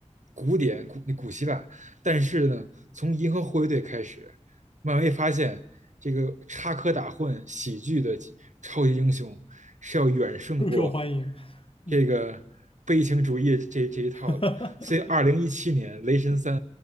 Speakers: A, on the right (about 80°); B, on the left (about 50°).
A: 古典古古希腊，但是呢，从银河护卫队开始。漫威发现这个插科打诨、喜剧的超级英雄是要远胜过
B: <laughs> 更受欢迎。嗯，
A: 这个悲情主义这这一套的。
B: <laughs>
A: 所以，二零一七年《雷神三》